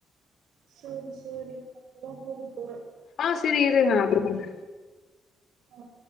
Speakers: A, on the right; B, on the left.
A: சரி சரி அப்பதான் போக போறேன்
B: ஆ சரி இரு நான் அப்புற பண்ற
A: உம்